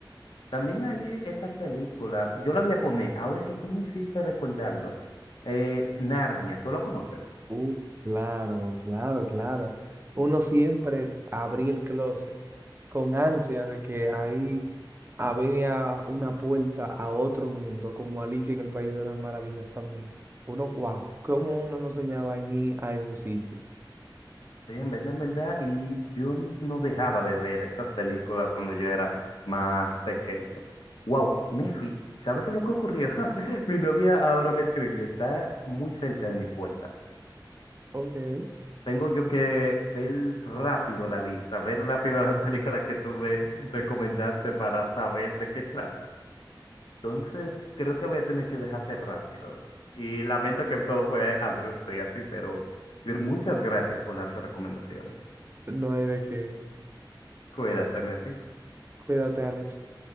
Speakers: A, on the left; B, on the right.
A: También hay esta película, yo la voy a poner, ahora que tú me hiciste recordarlo, eh, Narnia, ¿tú lo conoces?
B: Uh, claro, claro, claro. Uno siempre abría el closet con ansia de que ahí había una puerta a otro mundo, como Alicia en el País de las Maravillas también. Uno, wow, cómo uno no soñaba en ir a esos sitios.
A: Sí, en verdad, en verdad, y yo no dejaba de ver esas películas cuando yo era más pequeño. Wow, Mefi, ¿sabes lo que ocurrió? <laughs> Mi novia ahora me escribió, está muy cerca de mi puerta.
B: Ok,
A: Tengo yo que ver rápido la lista, ver rápido las películas que tú me recomendaste para saber de qué trata. Entonces, creo que voy a tener que dejarte rápido. Y lamento que todo fue abrupto y así, pero muchas gracias por las recomendaciones.
B: no hay de qué.
A: Cuídate, Mefi.
B: Cuídate, Alex.